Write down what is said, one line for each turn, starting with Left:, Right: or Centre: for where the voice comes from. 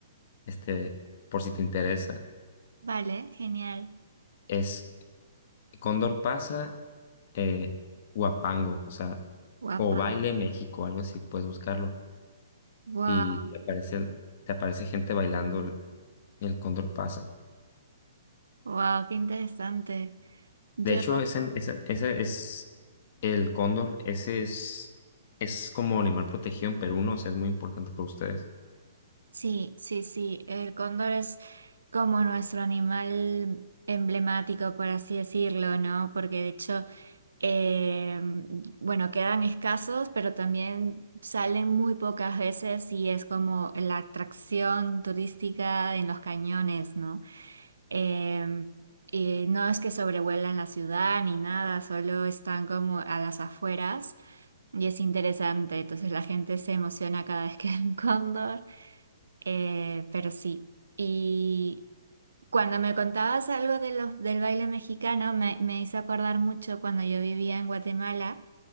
Left: este, por si te interesa.
Right: Vale, genial.
Left: Es Cóndor pasa, eh, Huapango, o sea,
Right: Guapango.
Left: o Baile México, algo así, puedes buscarlo.
Right: Wow,
Left: y te aparece, te aparece gente bailando el, el cóndor pasa.
Right: wow, qué interesante. Yo,
Left: De hecho, ese, ese, ese es el cóndor, ese es, es como animal protegido en Perú, ¿no? O sea, es muy importante para ustedes.
Right: sí, sí, sí. El cóndor es como nuestro animal emblemático, por así decirlo, ¿no? Porque de hecho. Eh, bueno, quedan escasos, pero también salen muy pocas veces y es como la atracción turística en los cañones, ¿no? Eh, y no es que sobrevuelan la ciudad ni nada, solo están como a las afueras y es interesante. Entonces la gente se emociona cada vez que ve un cóndor, Eh, pero sí. Y cuando me contabas algo de los, del baile mexicano, me, me hizo acordar mucho cuando yo vivía en Guatemala